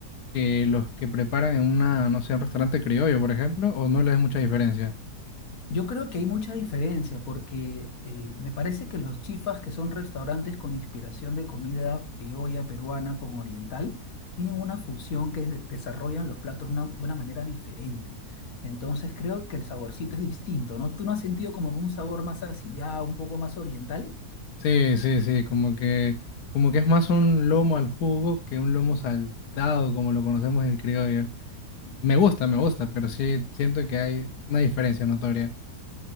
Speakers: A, on the left (about 80°); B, on the left (about 60°).
A: que los que preparan en una, no sé, un restaurante criollo, por ejemplo, o no le ves mucha diferencia?
B: Yo creo que hay mucha diferencia porque eh, me parece que los chifas, que son restaurantes con inspiración de comida criolla, peruana, con oriental, tienen una fusión que de- desarrollan los platos una- de una manera diferente. Entonces creo que el saborcito es distinto, ¿no? ¿Tú no has sentido como que un sabor más asillado, un poco más oriental?
A: Sí, sí, sí, como que, como que es más un lomo al jugo que un lomo saltado, como lo conocemos en el criollo. Me gusta, me gusta, pero sí siento que hay una diferencia notoria.